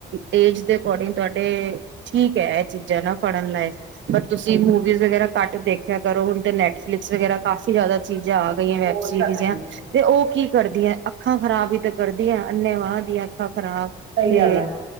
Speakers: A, on the right; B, on the right.
A: ਏਜ ਦੇ ਅਕੋਰਡਿੰਗ ਤੁਹਾਡੇ ਠੀਕ ਹੈ ਇਹ ਚੀਜ਼ਾਂ ਨਾ ਪੜਨ ਲਾਈਕ ਬਟ ਤੁਸੀਂ
B: ਬਿਲਕੁਲ
A: ਮੂਵੀਜ਼ ਵਗੈਰਾ ਘੱਟ ਦੇਖਿਆ ਕਰੋ, ਹੁਣ ਤੇ ਨੈੱਟਫਲਿਕਸ ਵਗੈਰਾ ਕਾਫ਼ੀ ਜ਼ਿਆਦਾ ਚੀਜ਼ਾਂ ਆ ਗਈਆਂ ਵੈਬ
B: ਬਹੁਤ
A: ਸੀਰੀਜ
B: ਚੱਲ ਰਹੀ
A: ਐ,
B: ਹੈ
A: ਤੇ ਉਹ ਕੀ ਕਰਦੀਆਂ ਅੱਖਾਂ ਖ਼ਰਾਬ ਹੀ ਤਾਂ ਕਰਦੀਆਂ, ਅੰਨੇ ਵਾਹ ਦੀਆਂ ਅੱਖਾਂ। ਖਰਾਬ
B: ਸਹੀ
A: ਤੇ
B: ਗੱਲ ਹੈ